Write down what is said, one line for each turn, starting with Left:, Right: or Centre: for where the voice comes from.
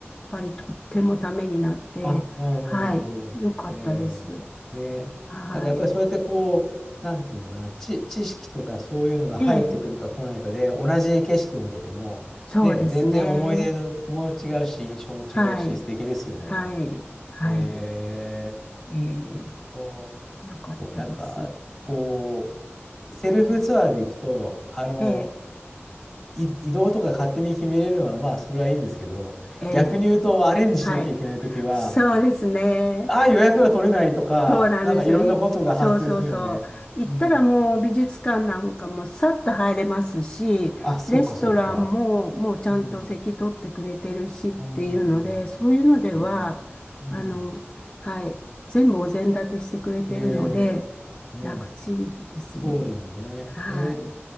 Left: ぱりとってもためになって、
Centre: あ、なるほど、
Left: はい、
Centre: なるほど。
Left: 良かったです。
Centre: ええ、ね。
Left: はい。
Centre: なんかやっぱりそうやってこう、なんていうのかな、知、知識とかそういうのが入ってくるか来ないかで、
Left: ええ
Centre: 同じ景色を見てても、
Left: そうですね。
Centre: ね、全然思い出のも違うし、印象も違うし、
Left: はい。
Centre: 素敵ですよね。
Left: はい。はい。
Centre: え
Left: えー、
Centre: ーお、お、
Left: よかったです。
Centre: そうなんか、こう、セルフツアーで行くと、あの、
Left: え
Centre: い移動とか勝手に決めれるのは、まあ、それはいいんですけど、
Left: ー、えー、
Centre: 逆に言うと、アレンジしなきゃいけないときは、
Left: はい。そうですね。
Centre: ああ、予約が取れないとか、
Left: そうなんですよ。
Centre: なんかいろんなことが発生するよね。
Left: い、そうそうそう。行ったらもう美術館なんかもさっと入れますし、
Centre: うん。あ、そっか、
Left: レストランももうちゃんと席取ってくれてるしっていうので、
Centre: そっか。うん。うん。ね
Left: そういうのでは、
Centre: え。うん。
Left: あの、はい、全部お膳立てしてくれてるので、
Centre: ええ。ねえ。
Left: 楽ちんですね。
Centre: そうだよね。
Left: はい、
Centre: え